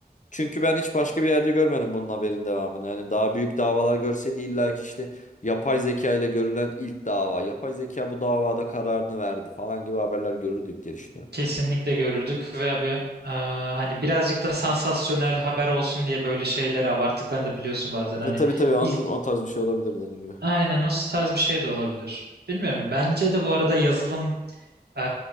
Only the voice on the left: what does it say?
Çünkü ben hiç başka bir yerde görmedim bunun haberin devamını. Yani daha büyük davalar görseydi illa ki işte yapay zeka ile görülen ilk dava. Yapay zeka bu davada kararını verdi falan gibi haberler görürdük diye düşünüyorum.
E,
tabii tabii onun
o tarz bir şey olabilir dediğin gibi.